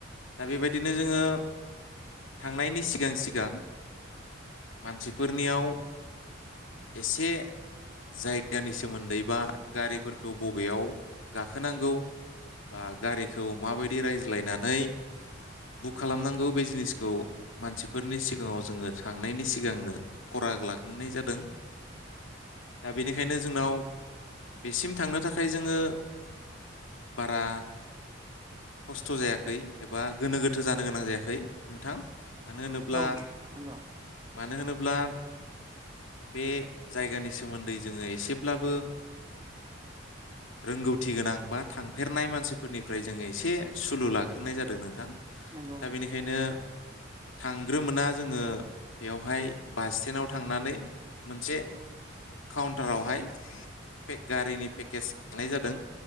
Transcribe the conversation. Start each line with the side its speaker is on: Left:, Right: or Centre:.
Left: दा बेबायदिनो जोङो थांनायनि सिगां -सिगां मानसिफोरनियाव एसे जायगानि सोमोन्दै बा गारिफोरखौ बबेयाव गाखोनांगौ बा गारिखौ माबायदि रायज्लायनानै बुक खालामनांगौ बे जिनिसखौ मानसिफोरनि सिगाङाव जोङो थांनायनि सिगांनो खराग लाग्रोनाय जादों। दा बेनिखायनो जोंनाव बेसिम थांनो थाखाय जोङो बारा खस्थ' जायाखै एबा गोनो गोथो जानो गोनां जायाखै नोंथां। मानो होनोब्ला
Right: औ नंगौ
Left: मानो होनोब्ला बे जायगानि सोमोन्दै जोङो एसेब्लाबो रोंगौथि गोनां बा थांफेरनाय मानसिफोरनिफ्राय जोङो एसे सुलुं लाग्रोनाय जादों नोंथां। दा
Right: नंगौ
Left: बेनिखायनो थांग्रोमोना जोङो बेवहाय बास स्टेनाव थांनानै मोनसे काउन्टारावहाय बे गारिनि पेकेज लानाय जादों।